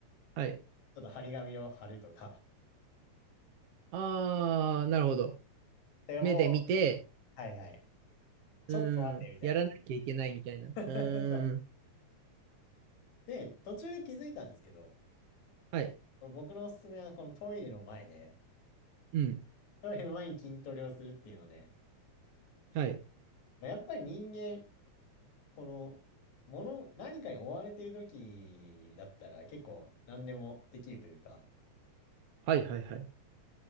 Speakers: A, on the right; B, on the left.
A: はい。
B: ちょっと張り紙を貼るとか。
A: ああ、なるほど。
B: でもう、
A: 目で見て、
B: はいはい。ちょっと待って、
A: うん。
B: みたいな。
A: やらなきゃいけないみたいな。
B: <laughs>
A: うん。
B: で、途中で気づいたんですけど、
A: はい。
B: 僕のおすすめは、このトイレの前で、
A: うん。
B: トイレの前に筋トレをするっていうので、
A: はい。
B: まあ、やっぱり人間、この、もの、何かに追われている時だったら、結構何でもできるというか、
A: はいはいはい。